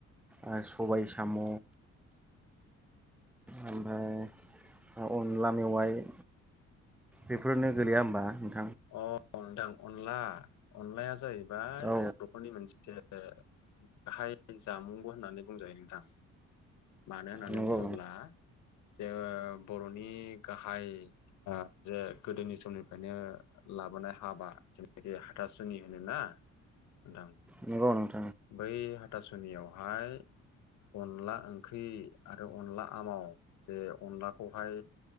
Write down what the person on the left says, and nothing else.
अ अ नोंथां। अनला अनलाया जाहैबाय
बर'फोरनि मोनसे गाहाय जामुंबो होननानै बुंजायो नोंथां। मानो होननानै
बुङोब्ला जे बर'नि गाहाय ओ जे गोदोनि समनिफ्रायनो लाबोनाय हाबा जेनाखि हाथासुनि होनोना नोंथां
बै हाथासुनियावहाय अनला ओंख्रि आरो अनला आमाव जे अनलाखौहाय